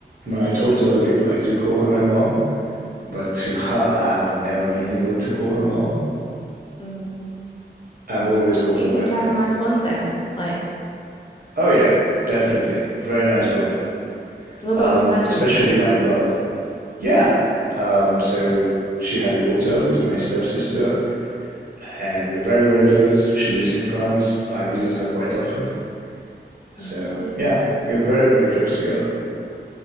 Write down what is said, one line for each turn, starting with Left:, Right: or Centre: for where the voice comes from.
Right: when I talk to other people I do call her my mom But to her, I have never been able to call her mom.
Left: Mm.
Right: I've always called
Left: Do
Right: her
Left: you
Right: by
Left: think
Right: her
Left: you
Right: name.
Left: have a nice bond then? Like,
Right: Oh, yeah, definitely. Very nice bonding.
Left: what about
Right: Um,
Left: with her children?
Right: especially my brother. Yeah. Um, so she had a daughter who's my stepsister, and we're very, very close. She lives in France. I visit her quite often. So,
Left: Nice.
Right: yeah, we're very, very close together.